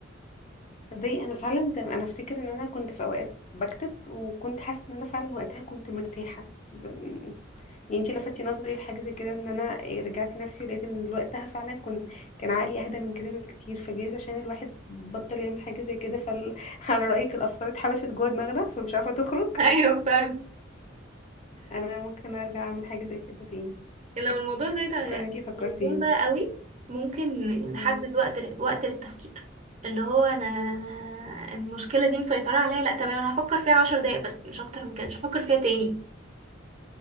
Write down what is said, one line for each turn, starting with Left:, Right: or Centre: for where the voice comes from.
Left: تصدقي انا فعلا زي ما انا افتكر ان انا كنت في اوقات بكتب وكنت حاسه ان انا فعلا وقتها كنت مرتاحه ب... يعني انتي لفتي نظري لحاجه زي كده ان انا آه، رجعت نفسي ولقيت ان وقتها فعلا كنت كان عقلي اهدى من كده بكتير فجايز عشان الواحد بطل يعمل حاجه زي كده فعلى <laughs> رايك الافكار اتحبست جوه دماغنا فمش عارفه تخرج
Right: <laughs> ايوه فعلا
Left: انا ممكن ارجع اعمل حاجه زي كده تاني
Right: لكن لو الموضوع زايد عن
Left: شكرا ان انتي فكرتيني
Right: اللزوم بقى قوي ممكن نحدد
Left: مم.
Right: وقت لل- وقت للتفكير اللي هو انا انا المشكله دي مسيطره عليا لا تمام انا هفكر فيها عشر دقايق بس مش اكتر من كده مش هفكر فيها تاني